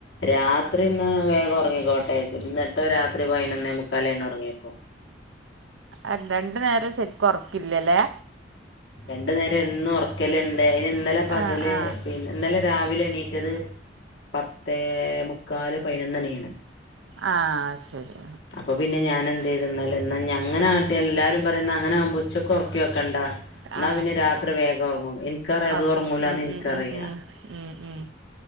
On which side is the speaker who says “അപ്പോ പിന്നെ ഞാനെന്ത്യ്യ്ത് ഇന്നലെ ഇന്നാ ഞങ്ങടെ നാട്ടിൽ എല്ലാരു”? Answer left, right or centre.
Left